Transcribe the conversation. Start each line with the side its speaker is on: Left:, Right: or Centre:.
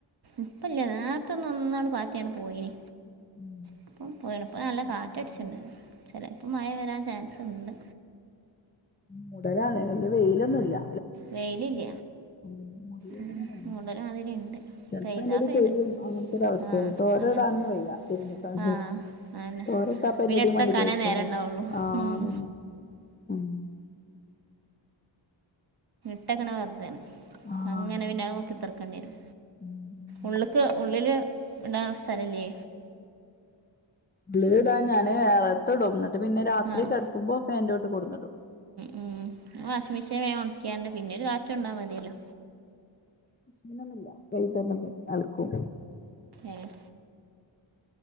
Right: ഇപ്പല്ല നേരത്തൊന്ന ഒന്നാണ് പാറ്റിയാണ് പോയിന്
Left: ഉം
Right: പ്പം പോയിണ് പ്പ നല്ല
Left: ഉം
Right: കാറ്റട്ച്ച്ണ്ട് ചെലപ്പോ മഴ വരാൻ ചാൻസ്ണ്ട്.
Left: മൂടലാണ് ന്ന് വെയിലൊന്നുംല്ല.
Right: വെയിലില്ല
Left: <unintelligible>
Right: ഉം. മൂടൽ മാതിരി ഉണ്ട്
Left: ചെൽപ്പോ
Right: പെയ്താ
Left: എന്തേലും
Right: പെയ്ത്
Left: പെയ്യും അങ്ങനത്തെ ഒരു അവസ്ഥ
Right: ആഹ്
Left: തോര
Right: അങ്ങനത്തെ
Left: ഇടാനൊന്ന് വെയ്യ <unintelligible>
Right: ആഹ് അതന്നെ പിന്നെ എടുത്തക്കാനേ
Left: <unintelligible> മണ്ടി പോയി എടുക്കേണ്ടി
Right: നേരം
Left: വരും
Right: ഉണ്ടാവുള്ളൂ
Left: ആഹ്
Right: ഉം
Left: അതന്നെ ഉം
Right: ട്ടക്കണ വെറുതാണ്
Left: ആഹ്
Right: അങ്ങനെ പിന്നെ നോക്കി കുത്ക്കേണ്ടി വരും
Left: ഉം
Right: ഉള്ള്ക്ക് ഉള്ളില് ഉണ്ടാകുന്ന സ്ഥലല്ലേ?
Left: ബ്ളീടാൻ ഞാൻ വേറത്തോടന്നിട്ട് പിന്നെ രാത്രി
Right: ആഹ്
Left: കിടക്കുമ്പോ ഫാന്റെ ചോട്ട് കൊടുന്നിടും.
Right: ഉം വാഷിംഗ് മെഷീൻ വേ ഒണിക്ക്യാണ്ട് പിന്നെ ഒരു കാറ്റ് കൊണ്ടാ മതിയല്ലോ.
Left: മിഷിന് ഒനുമില്ല കൈ തന്ന ആൽക്കും അ
Right: ഏഹ്